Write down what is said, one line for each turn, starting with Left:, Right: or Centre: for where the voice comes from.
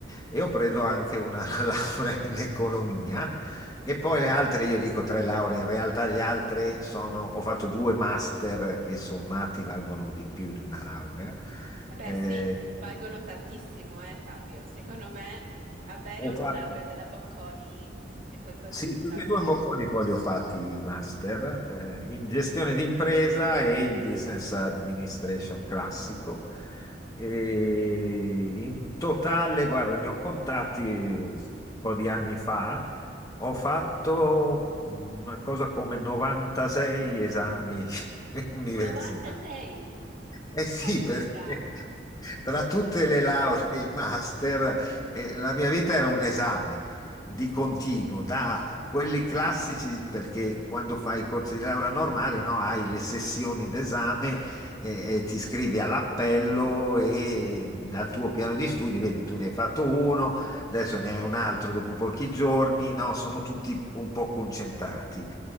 Left: e ho preso anche una <laughs> laurea in economia e poi le altre, io dico tre lauree, in realtà gli altri sono, ho fatto due master che sommati valgono di più di una laurea.
Right: Eh beh,
Left: Eh,
Right: sì, valgono tantissimo, eh, Fabio. Secondo me avere
Left: ho
Right: una
Left: fatto,
Right: laurea della Bocconi è qualcosa
Left: Sì,
Right: di
Left: tutti
Right: straordinario.
Left: e due i bocconi poi li ho fatti i master eh, in gestione d'impresa e il business administration classico. E in totale, guarda, li ho contati un po' di anni fa, ho fatto una cosa come 96 esami <laughs> universitari.
Right: 96!
Left: Eh sì,
Right: Caspita!
Left: <laughs> perché tra tutte le lauree e i master, eh, la mia vita era un esame di continuo, da quelli classici, perché quando fai i corsi di laurea normali, no, hai le sessioni d'esame, eh, e ti iscrivi all'appello e dal tuo piano di studi, vedi, tu ne hai fatto uno, adesso ne hai un altro dopo pochi giorni, no, sono tutti un po' concentrati.